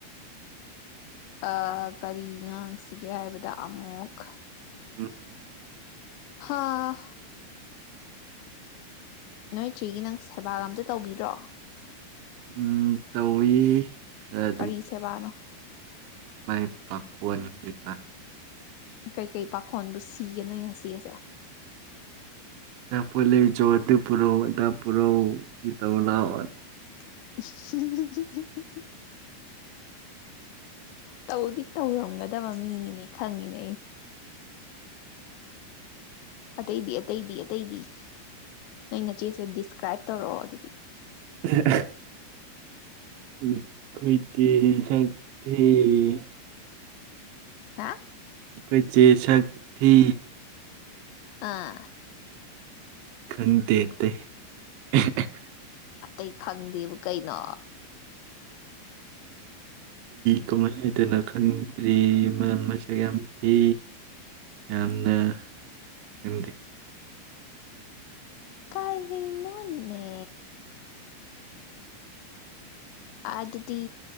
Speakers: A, on the left; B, on the right.
A: ꯑꯥ ꯀꯔꯤ ꯉꯥꯡꯁꯤꯒꯦ ꯍꯥꯏꯕꯗ ꯑꯃꯨꯛ
B: <unintelligible>
A: ꯍꯥꯥ ꯅꯣꯏ ꯆꯦꯒꯤ ꯅꯪ ꯁꯦꯕꯥꯒ ꯑꯝꯇ ꯇꯧꯕꯤ꯭ꯔꯣ
B: ꯎꯝ ꯇꯧꯋꯤ <unintelligible>
A: ꯀꯔꯤ ꯁꯦꯕꯥꯅꯣ
B: ꯃꯥꯏ ꯄꯥꯈꯣꯟ ꯀꯩꯀ
A: ꯀꯩꯀꯩ ꯄꯥꯈꯣꯟꯕꯨ ꯁꯤꯒꯦ ꯅꯣꯏ ꯅꯆꯦꯁꯦ
B: ꯑꯆꯥꯄꯣꯠ ꯂꯩꯔꯨꯆꯣ ꯑꯗꯨ ꯄꯨꯔꯛꯎ ꯑꯗ ꯄꯨꯔꯛ ꯎ ꯑꯗꯨ ꯇꯧꯔꯨꯂꯥꯎ
A: <unintelligible> <unintelligible> ꯇꯧꯗꯤ ꯇꯧꯔꯝꯒꯗꯕ ꯃꯤꯅꯤꯅꯦ ꯈꯪꯉꯤꯅꯦ ꯑꯩꯅ ꯑꯇꯩꯗꯤ ꯑꯇꯩꯗꯤ ꯑꯇꯩꯗꯤ ꯅꯣꯏ ꯅꯆꯦꯁꯦ ꯗꯤꯁꯀ꯭ꯔꯥꯏꯞ ꯇꯧꯔꯛꯑꯣ ꯑꯗꯨꯗꯤ
B: <unintelligible> <unintelligible> <unintelligible>
A: ꯍꯥ
B: ꯑꯩꯈꯣꯏ ꯆꯦ ꯁꯛꯊꯤ
A: ꯑꯥ
B: ꯈꯪꯗꯦ ꯑꯇꯩ <unintelligible>
A: ꯑꯇꯩ ꯈꯪꯗꯦꯕꯨ ꯀꯩꯅꯣ
B: ꯀꯃꯥꯏ ꯍꯥꯏꯗꯣꯅꯣ ꯈꯪꯗ꯭ꯔꯤ ꯃꯥ ꯃꯁꯛ ꯌꯥꯝ ꯊꯤ ꯌꯥꯝꯅ ꯈꯪꯗꯦ
A: ꯀꯔꯤꯅꯣꯅꯦ ꯑꯗꯨꯗꯤ